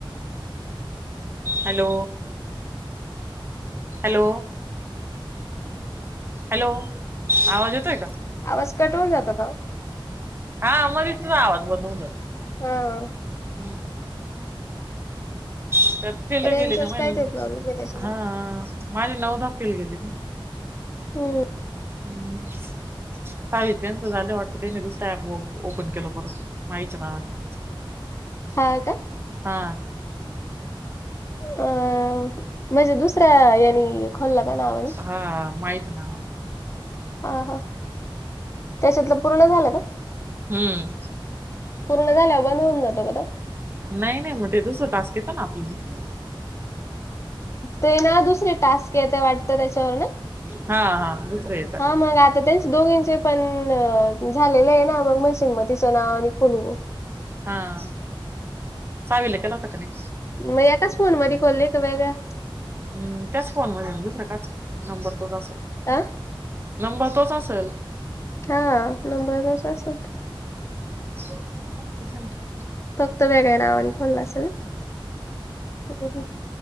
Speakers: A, on the right; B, on the left.
A: हॅलो... हॅलो... हॅलो... आवाज येतोय का?
B: आवाज कट होऊन जातो का
A: हा <inaudible> आमरीस आवाज <inaudible> बनव न
B: हा.
A: हम्. <inaudible> तरत फेल
B: रेंजचाच
A: गेली ना मग
B: काय ते प्रॉब्लेम आहे त्याच्यामुळे
A: हा माझी नवदा फेल गेली ना.
B: हम्म..
A: <unintelligible> <inaudible> हम्म <inaudible> सहावी रुपयाच झालं वाटतं ते मी दुसतं ऍप ओपन केलं परत माहीच्या नावाने <inaudible>
B: हा का.
A: हा.
B: अ म्हणजे दुसऱ्या यांनी खोल्ला का नावाने.
A: हा माहीच <inaudible> ना
B: हा, हा, त्याच्यातलं. पूर्ण झालं का
A: हम्म.
B: पूर्ण झाल्या बंद होऊन जातं <inaudible> गं
A: नाहीं नाहीं मगं ते दुसरे तांस घेतो नां आपल्यां
B: ते नां दुसरे टांस्क येते वाटतं त्यांच्यावर नां
A: हा हा दुसरं येतं
B: हां मगं आंता त्यांच दोघींचे पणं झालेलं आहे नां मगं मं सिंग मं तिचं नांव आणि खोलूंन
A: हां सावील केलां तकंने
B: मगं याकांच फोन मध्यें खोलले कां वेगळं
A: अंम त्यांचं फोन मध्यें दुसरं कांच नंबर तो ते
B: आं
A: नंबर तोचं असेल
B: हां नंबरचं तोच असेल.
A: तोंच आंता सांगते
B: फक्तं वेगळ्यां नांवाने खोललां असेल नां!